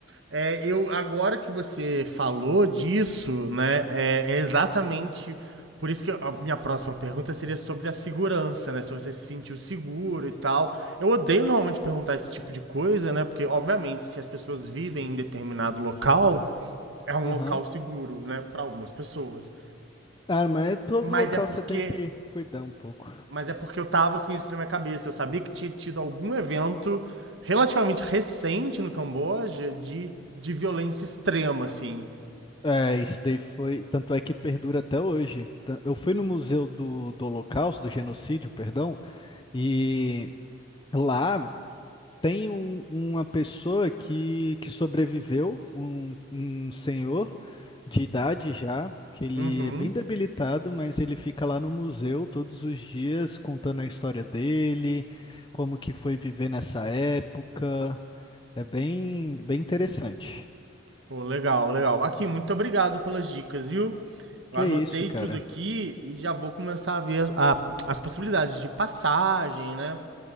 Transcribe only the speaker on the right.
É, eu agora que você falou disso, né? É, é exatamente por isso que a minha próxima pergunta seria sobre a segurança, né? Se você se sentiu seguro e tal. Eu odeio normalmente perguntar esse tipo de coisa, né? Porque obviamente se as pessoas vivem em determinado local, é um
local seguro, né? Para algumas pessoas.
Mas
é porque
Mas é porque eu tava com isso na minha cabeça. Eu sabia que tinha tido algum evento relativamente recente no Camboja de, de violência extrema, assim.
Uhum.
Pô, legal, legal. Aqui, muito obrigado pelas dicas, viu? Eu
anotei
tudo aqui e já vou começar a ver a- as possibilidades de passagem, né?